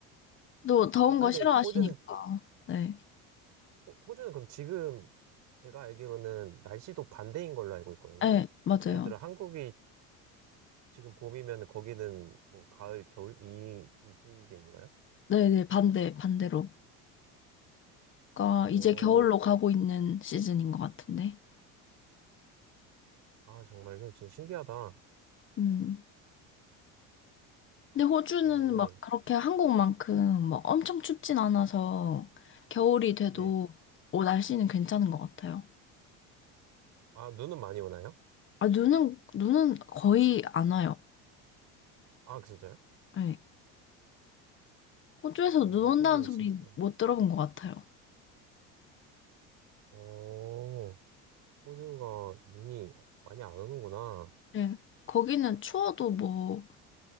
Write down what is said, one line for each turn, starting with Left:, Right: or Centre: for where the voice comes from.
Left: 또 더운
Right: 아, 근데
Left: 거 싫어하시니까.
Right: 호주는,
Left: 네,
Right: 호- 호주는 그럼 지금 제가 알기로는 날씨도 반대인 걸로 알고 있거든요.
Left: 예, 맞아요.
Right: 예를 들어 한국이 지금 봄이면 거기는 뭐 가을, 겨울 이, 이 시즌인가요?
Left: 네네, 반대, 반대로. 그러니까
Right: 오,
Left: 이제 겨울로 가고 있는 시즌인 것 같은데.
Right: 아 정말요? 진짜 신기하다. 어,
Left: 음. 근데 호주는
Right: 오늘
Left: 막 그렇게 한국만큼 막 엄청 춥진 않아서 겨울이 돼도
Right: 네.
Left: 어, 날씨는 괜찮은 것 같아요.
Right: 아 눈은 많이 오나요?
Left: 아, 눈은, 눈은 거의 안 와요.
Right: 아 진짜요?
Left: 네. 호주에서
Right: 오,
Left: 눈 온다는
Right: 호주는
Left: 소리
Right: 진짜.
Left: 못 들어본 것 같아요.
Right: 오, 호주가 눈이 많이 안 오는구나.
Left: 네. 거기는 추워도 뭐